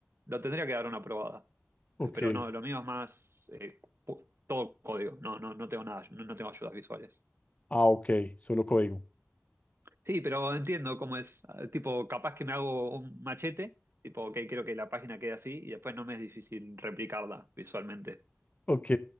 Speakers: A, on the right; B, on the left.
A: Lo tendría que dar una probada.
B: Ok.
A: Eh, Pero no, lo mío es más eh, pu- todo código. No, no, no tengo nada, no, no tengo ayudas visuales.
B: Ah, ok. Solo código.
A: Sí, pero entiendo cómo es. eh, Tipo, capaz que me hago un machete, tipo, ok, quiero que la página quede así y después no me es difícil replicarla visualmente.
B: Ok,